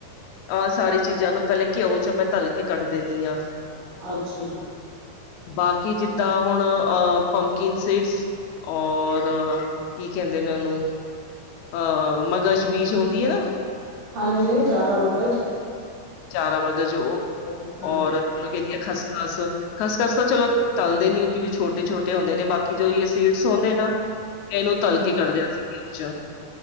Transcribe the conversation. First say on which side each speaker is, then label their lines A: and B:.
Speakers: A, on the left; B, on the right.
A: ਆਹ ਸਾਰੀ ਚੀਜ਼ਾਂ ਨੂੰ ਪਹਿਲੇ ਘਿਓ ਚ ਮੈਂ ਤਲ ਕੇ ਕੱਢ ਦੇਣੀ ਆ।
B: ਅੱਛਾ ਜੀ।
A: ਬਾਕੀ ਜਿੱਦਾਂ ਹੁਣ ਅ ਪੰਪਕੀਨ ਸੀਡਸ ਔਰ ਕੀ ਕਹਿੰਦੇ ਨੇ ਉਹਨੂੰ ਆ ਮਗਜ਼ ਬੀਜ ਹੁੰਦੀ ਆ ਨਾ।
B: ਹਾਂਜੀ ਚਾਰਾ ਮਗਜ
A: ਚਾਰਾ ਮਗਜ਼ ਓ
B: ਹਮ
A: ਔਰ ਕਹਿੰਦੀ ਆ ਖਸ ਖਸ ਖਸਖਸ ਤਾਂ ਚਲੋ ਤਲਦੇ ਨੀ ਕਿਉਕਿ ਛੋਟੇ ਛੋਟੇ ਹੁੰਦੇ ਨੇ ਬਾਕੀ ਕਿ ਜੋ ਓ ਸੀਡਸ ਹੁੰਂਦੇ ਨਾ ਇਹਨੂੰ ਤਲ
B: ਹਮ
A: ਕੇ ਕੱਢਦੇ ਅਸੀਂ ਘਿਓ ਚ